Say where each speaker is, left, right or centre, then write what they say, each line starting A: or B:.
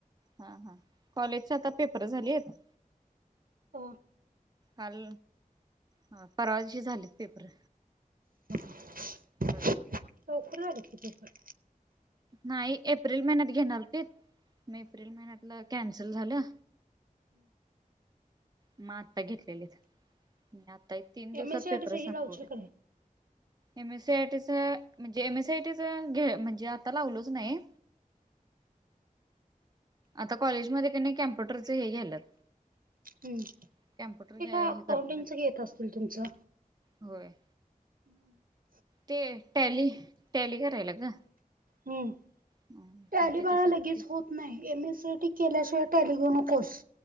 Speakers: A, on the right (about 30°); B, on the right (about 80°).
A: हा-हा, कॉलेजचे आता पेपर झालीत.
B: आ
A: काल हा परवा दिशी झालीत पेपर.
B: <inaudible>
A: होय.
B: लवकर झालेत की पेपर.
A: नाही एप्रिल महिन्यात घेणार होतित, म एप्रिल महिन्यातलं कॅन्सल झालं.
B: हं
A: मग आता घेतलेलीत, म आता एक तीन दिवसात
B: एम एस सी आय
A: पेपर
B: टी च हे
A: संपवलीत.
B: लावशील का नाही?
A: एम एस सी आय टीचं म्हणजे, एम एस आय टीचं घे म्हणजे आता लावलोच नाही. आता कॉलेजमध्ये क नाय, कॅम्प्युटरच हे घ्यायल्यात.
B: हम्म
A: कॅम्प्युटर घ्या
B: ते का अकाउंटिंगच
A: हे करणार आहेत.
B: घेत असतील तुमचं.
A: होय.
B: हं
A: ते टॅली, टॅली करायला ग.
B: हम्म,
A: मग
B: टॅली
A: त्याच्यासाठी
B: बाळा लगेच हुत नाही, M S C I T केल्याशिवाय टॅली घेऊ नकोस.